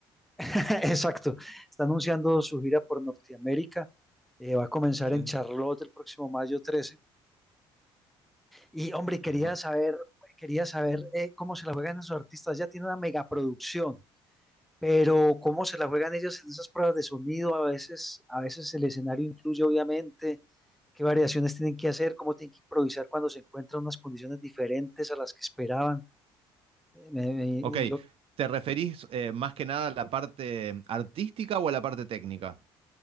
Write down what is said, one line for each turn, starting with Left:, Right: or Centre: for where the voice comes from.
Centre: <laughs> Exacto. Está anunciando su gira por Norteamérica. Eh, va a comenzar
Right: Sí,
Centre: en Charlotte el próximo mayo 13. Y hombre, quería
Right: ahí va.
Centre: saber, quería saber eh, cómo se la juegan esos artistas. Ya tiene una megaproducción. Pero cómo se la juegan ellos en esas pruebas de sonido, a veces, a veces el escenario influye, obviamente, qué variaciones tienen que hacer, cómo tienen que improvisar cuando se encuentran unas condiciones diferentes a las que esperaban. Eh, me- me-
Right: Ok,
Centre: yo
Right: ¿te referís eh, más que nada a la parte artística o a la parte técnica?